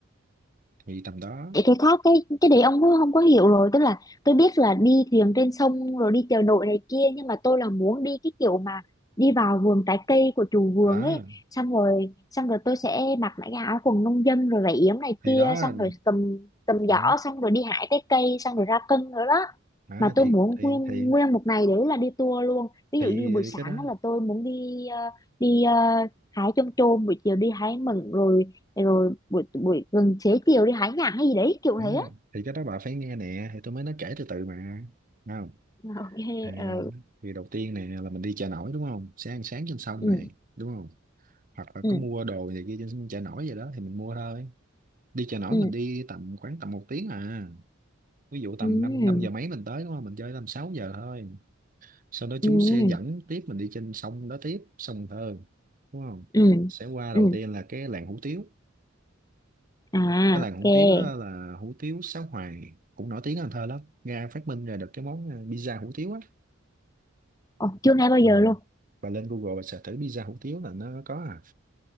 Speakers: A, on the right; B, on the left.
A: thì tầm đó
B: Vậy cái khác cái cái đấy ông cũng không có hiểu rồi tức là tôi biết là đi thuyền trên sông rồi đi chợ nổi này kia nhưng mà tôi là muốn đi cái kiểu mà đi vào vườn trái cây của chủ vườn
A: à
B: ấy xong rồi xong rồi tôi sẽ mặc lại cái áo quần nông dân rồi vải yếm này
A: thì
B: kia
A: đó
B: xong rồi cầm cầm
A: à,
B: giỏ xong rồi đi hái trái cây xong rồi ra cân nữa đó
A: à,
B: mà tôi
A: thì
B: muốn
A: thì
B: nguyên
A: thì
B: nguyên một ngày đấy là đi tour luôn ví
A: thì
B: dụ như buổi sáng
A: cái đó
B: đó là tôi muốn đi ờ, đi ờ, hái chôm chôm buổi chiều đi hái mận rồi Thế rồi buổi buổi gần xế chiều đi hái nhãn hay gì đấy kiểu
A: Đó,
B: thế á
A: thì cái đó bà phải nghe nè thì tôi mới nói kể từ từ mà Đúng không
B: ok
A: thì,
B: ờ
A: thì đầu tiên nè là mình đi chợ nổi đúng không sẽ ăn sáng trên sông
B: ừ
A: này đúng không hoặc là
B: ừ
A: có mua đồ gì kia trên chợ nổi vậy đó thì mình mua thôi đi chợ nổi
B: ừ
A: mình đi tầm khoảng tầm một tiếng à ví dụ tầm
B: ừ
A: 5, năm năm giờ mấy mình tới đúng không mình chơi tầm 6 giờ thôi sau đó chú
B: ừ
A: sẽ dẫn tiếp mình đi trên sông đó tiếp sông Cần Thơ đúng không
B: ừ
A: sẽ qua
B: ừ
A: đầu tiên là cái làng hủ tiếu
B: à
A: cái làng hủ
B: ok
A: tiếu đó là hủ tiếu Sáu Hoài cũng nổi tiếng ở Cần Thơ lắm Nga phát minh ra được cái món ờ, pizza hủ tiếu á
B: Ồ, chưa nghe bao giờ
A: Ờ,
B: luôn
A: bà lên Google bà search thử pizza hủ tiếu là nó có à